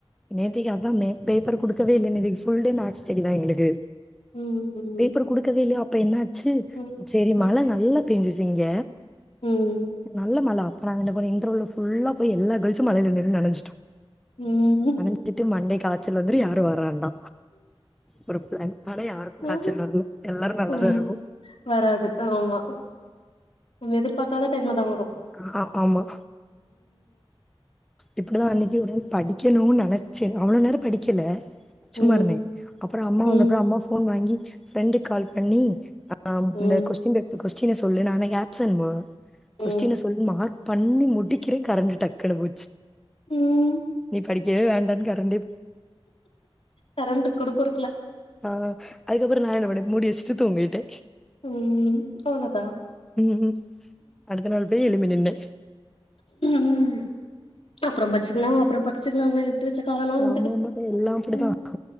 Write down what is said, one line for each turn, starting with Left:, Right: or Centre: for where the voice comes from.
Centre: நேத்திக்கி அதான் மே பேப்பர் குடுக்கவே இல்லனு நேத்திக்கு ஃபுல் டே மேக்ஸ் ஸ்டெடி தா எங்களுக்கு
Left: ம் ம்
Centre: பேப்பர் குடுக்கவே இல்லயா அப்ப என்னாச்சு
Left: ம்
Centre: செரி மழ நல்லா பெஞ்சுச்சு இங்க
Left: ம்
Centre: நல்ல மழ அப்ப நாங்க என்னபண்ணோ இன்ட்றவல ஃபுல்லா போய் எல்லா கேர்ள்ஸும் மழல நின்னு நெனஞ்சிட்டோ
Left: ம் உம்
Centre: நெனஞ்சிட்டு மண்டே காய்ச்சல் வந்துரு யாரு வர வேண்டா ஒரு பிளான் பண்ணா யாருக்கு காய்ச்சல்
Left: ஆஹா
Centre: வரல எல்லாரு நல்லாதா
Left: ஆ
Centre: இருக்கு
Left: வராது ஆமா நம்ம எதிர்பாக்காத டைம்லதா வ
Centre: ஹா ஆமா இப்டிதா அன்னைக்கு ஒடனே படிக்கணுனு நெனைச்சே அவ்ளோ நேரோ படிக்கல
Left: ம்
Centre: சும்மாருந்தே அப்பறோ அம்மா வந்த
Left: ம்
Centre: அப்றோ அம்மா ஃபோன் வாங்கி ஃப்ரெண்டு கால் பண்ணி அ ஆம்
Left: ம்
Centre: இந்த கொஸ்டின் பேப்பர் கொஸ்டின சொல்லு நா அன்னைக்கி ஆப்சென்ட் மா கொஸ்டின
Left: ம்
Centre: சொல்லி மார்க் பண்ணி முடிக்கிறே கரண்டு டக்குனு போச்சு
Left: ம்
Centre: நீ படி க்கவே வேண்டானு கரண்டே
Left: கரண்ட்க்கு கூட பொறுக்கல
Centre: ஆஹ் அதுக்கப்பறோ நா என்ன பண்ணே மூடி வச்சிட்டு தூங்கிட்டே
Left: ம் அவ்ளோதா
Centre: ம் ம் அடுத்த நாள் போய் எழும்பி நின்னே
Left: ம் அப்பற பச்சுக்கலா அப்பறோ படிச்சுக்கலானு விட்டுவச்ச காலெல்லா உண்டு
Centre: ஆமாமா எல்லாம் அப்படிதான்.
Left: உம்